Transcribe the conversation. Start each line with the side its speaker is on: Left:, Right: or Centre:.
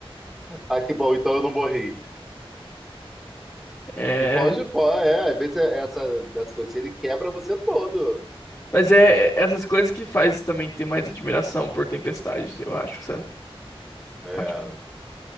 Centre: Ah, que bom, então eu não morri.
Left: <laughs> É.
Centre: E pode, pô, é, às vezes é essa, dessa coisa assim, ele quebra você todo.
Left: Mas é é essas coisas que faz também ter mais admiração por tempestades eu acho, sabe?
Centre: É.
Left: Eu acho-